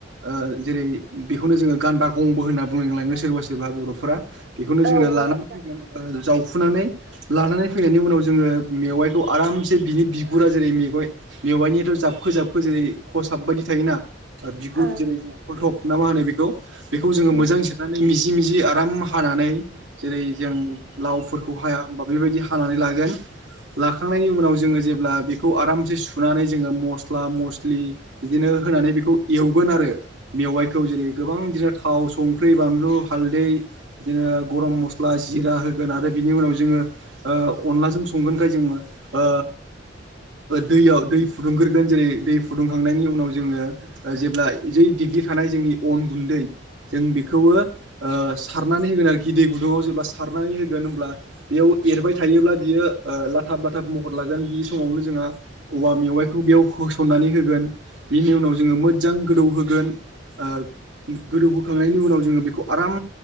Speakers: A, on the right; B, on the right.
A: ओ जेरै बेखौनो जोङो गानदा गंबो होनना बुंलांलाङो सोरबा सोरबा बर'फोरा बेखौनो जोङो
B: औवा
A: लानानै
B: गाजा
A: फैगोन जावखुनानै लानानै फैनायनि उनाव जोङो मेवाइखौ आरामसे बिनि बिगुरा जेरै मेवाइ मेवाइनियाथ' जाबखो जाबखो जेरै खसाब बायदि थायोना बिगुर
B: औ
A: जेरै जों फलथप ना मा होनो बेखौ बेखौ जोङो
B: उम
A: मोजां जिरनानै मिजि मिजि जि आराम हानानै जेरै जों लावफोरखौ हाया होनोमबा बेबायदि हानानै लागोन लाखांनायनि उनाव जोङो जेब्ला बेखौ आरामसे सुनानै जोङो मस्ला मस्लि बिदिनो होनानै बेखौ एवगोन आरो मेवाइखौ जेरै गोबां दि थाव संख्रि बानलु हाल्दै बिदिनो गरम मस्ला जिरा होगोन आरो बिनि उनाव जोङो ओ अनलाजों संगोनखाय जोङो ओ दैयाव दै फुदुंग्रोगोन जेरै दै फुदुंखांनायनि उनाव जोङो जेब्ला जै दिग्लिखानाय जोंनि अन गुन्दै जों बेखौबो ओ सारनानै होगोन आरो गिदै गुदुङआव जेब्ला सारनानै होगोन होनब्ला बे याव एरबाय थायोब्ला बि ओ लाथाब बाथाब महर लागोन बि समावनो जोंहा औवा मेवाइखौ बियाव बिखौ होसननानै होगोन बेनि उनाव जोंङो मोजां गोदौ होगोन ओ गोदौ होखांनायनि उनाव जोंङो बेखौ आराम